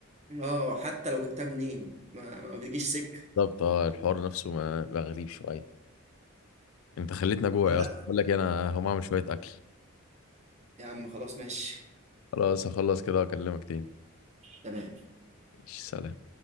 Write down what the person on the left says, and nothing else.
بالظبط اه الحوار نفسه ما بقى غريب شويه انت خليتنا جوع
يا اسطى بقول لك إيه، انا هقوم اعمل شويه اكل
خلاص هخلص كده واكلمك تاني
ماشي، سلام